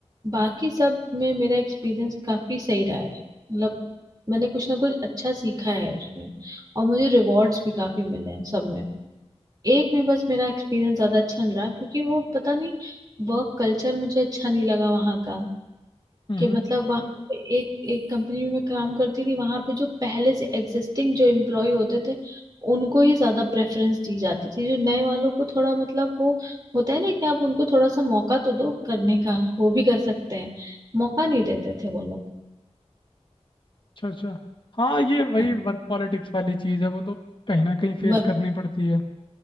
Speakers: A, on the right; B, on the left.
A: बाकी सब में मेरा एक्सपीरियंस काफी सही रहा है मतलब मैंने कुछ ना कुछ अच्छा सीखा है उसमें और मुझे रिवॉर्ड्स भी काफी मिले हैं सब में एक में बस मेरा एक्सपीरियंस ज्यादा अच्छा नहीं रहा क्योंकि वो पता नहीं वर्क कल्चर मुझे अच्छा नहीं लगा वहाँ का
B: हम्म
A: कि मतलब वहाँ एक एक कंपनी में मैं काम करती थी वहां पे जो पहले से एग्जिस्टिंग जो एम्प्लॉय होते थे उनको ही ज्यादा प्रेफरेंस दी जाती थी जो नए वालों को थोड़ा मतलब वो होता है ना कि आप उनको थोड़ा सा मौका तो दो करने का वो भी कर सकते हैं मौका नहीं देते थे वो लोग
B: अच्छा अच्छा हाँ ये वही
A: हाँ,
B: वर्क पॉलिटिक्स वाली चीज़ है वो तो कहीं ना कहीं
A: व-
B: फेस करनी पड़ती है